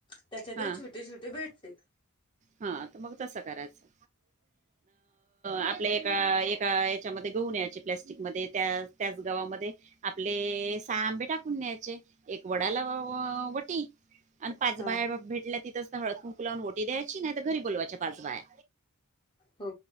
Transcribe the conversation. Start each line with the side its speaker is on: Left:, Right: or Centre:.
Left: त्याच्यात
Right: हा
Left: छोटे-छोटे भेट.... <inaudible>
Right: हा तरं मग तस करायचं आपले... एका याच्यामध्ये गहू न्यायचे प्लस्टिक मध्ये त्या त्याच गव्हा मध्ये आपले आंबे टाकून न्यायचे एक वडाला वटी.. आणि पाच
Left: हा
Right: बाया भेटल्या तिथंच तर हळद कुंकू लावून ओटी द्यायची, नाही तर घरी बोलवायच्या पाच बाया...
Left: हो